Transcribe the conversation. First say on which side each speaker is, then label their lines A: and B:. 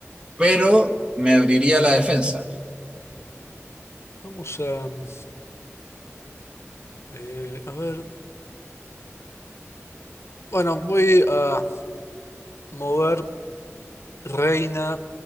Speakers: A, on the right (about 20°); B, on the left (about 60°).
A: pero me abriría la defensa.
B: Vamos a, mm, eh, a ver. Bueno, voy a mover reina